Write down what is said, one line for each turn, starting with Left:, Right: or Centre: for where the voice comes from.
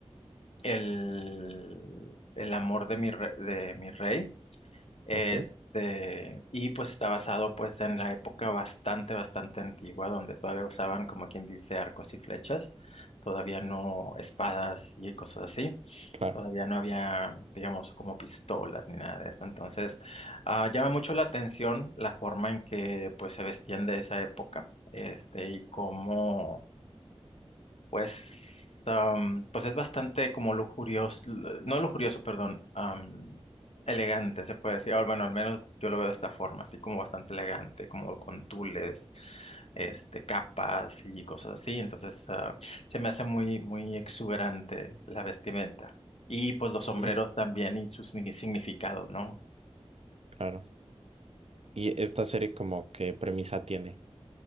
Left: el, el amor de mi, re- de mi rey. Este,
Right: ok,
Left: y pues está basado pues en la época bastante, bastante antigua donde todavía usaban como quien dice arcos y flechas, todavía no espadas y cosas así.
Right: claro.
Left: Todavía no había, digamos, como pistolas ni nada de esto. Entonces, ah, llama mucho la atención la forma en que pues se vestían de esa época, este, y cómo pues, am, pues es bastante como lujurioso, no lujurioso, perdón, am, elegante, se puede decir. Ah, Bueno, al menos yo lo veo de esta forma, así como bastante elegante, como con tules, este, capas y cosas así. Entonces, ah, se me hace muy, muy exuberante la vestimenta. Y pues los
Right: Y,
Left: sombreros también y sus significados, ¿no?
Right: claro. ¿Y esta serie como qué premisa tiene?